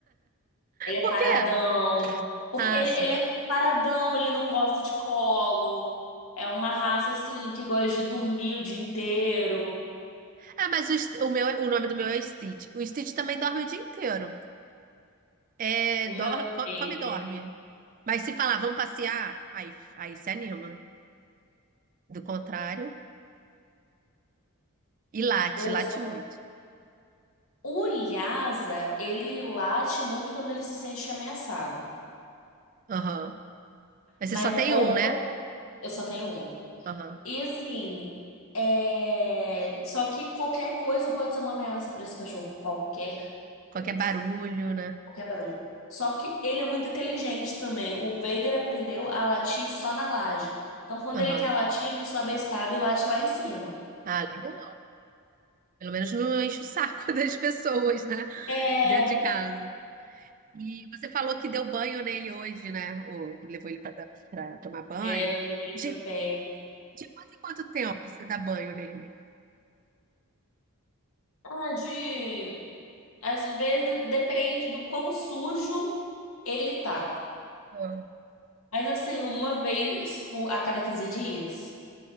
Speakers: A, on the left (about 70°); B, on the right (about 35°).
A: Ele é
B: Por
A: paradão.
B: quê?
A: Porque
B: Ah,
A: ele,
B: sim.
A: ele é paradão, ele não gosta de colo. É uma raça, assim, que gosta de dormir o dia inteiro.
B: Ah, mas o, St- o meu, é- o nome do meu é Stitch. O Stitch também dorme o dia inteiro. É,
A: O meu.
B: dor, co-
A: Ele.
B: come e dorme. Mas se falar, vamos passear, aí, aí se anima. Do contrário, e late,
A: O,
B: late
A: só-
B: muito.
A: o Lhasa, ele late muito quando ele se sente ameaçado.
B: Aham. Mas
A: Mas,
B: você só tem
A: ou
B: um, né?
A: quando. Eu só tenho um.
B: Aham.
A: E assim. É... Só que qualquer coisa pode ser uma ameaça pra esse cachorro. Qualquer
B: Qualquer
A: coisa.
B: barulho, né?
A: Qualquer barulho. Só que ele é muito inteligente também. O Vader aprendeu a latir só na laje. Então, quando
B: Aham.
A: ele quer latir, ele sobe a escada e late lá em cima.
B: Ah, legal. Pelo menos não enche o saco <laughs> das pessoas, né?
A: É,
B: Dentro de casa. E você falou que deu banho nele hoje, né? Ou levou ele pra, tomar banho.
A: é, eu levei ele
B: De,
A: pro pé.
B: de quanto em quanto tempo você dá banho nele?
A: Ah, de... Às vezes depende do quão sujo ele tá.
B: Ah,
A: Mas assim, uma vez por- a cada quinze dias.